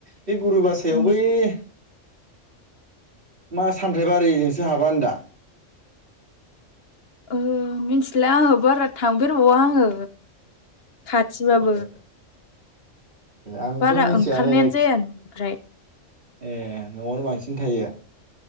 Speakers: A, on the right (about 45°); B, on the left (about 55°).
A: बै गुरुबासा बासायाव
B: उम
A: बै मा सामथायबारिजोंसो हाबा होनबा?
B: ओ मिथिला आङो बारा थांफेरबावा आङो। खाथिबाबो।
A: ए आंथ'
B: बारा
A: मिथियानो
B: ओंखारनायानो
A: जायखि
B: जाया न'निफ्राय
A: ए न'आवनो बांसिन थायो